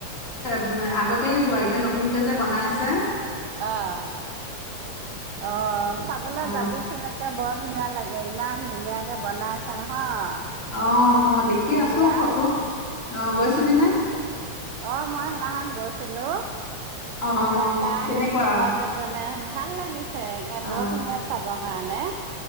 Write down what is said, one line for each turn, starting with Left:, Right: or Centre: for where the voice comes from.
Left: উ আগতেই যোৱাই এতিয়া নতুন কে যে বনাই আছে
Right: আহ অ চাবলৈ
Left: অ
Right: যাবিচোন নকে বত ধুনীয়া লাগে ইমান ধুনীয়াকে বনাই আছে নহয়
Left: অ অ দেখি
Right: এতিয়া
Left: আছো ফটোত অ গৈছিলি নে
Right: অ মই সেনাহান গৈছিলো
Left: অ
Right: তাৰপা
Left: কেনেকুৱা
Right: সেই ভকত এজনে ভাল লাগেছে ে
Left: অ
Right: বৰ ধুনীয়া চাবৰ কাৰণে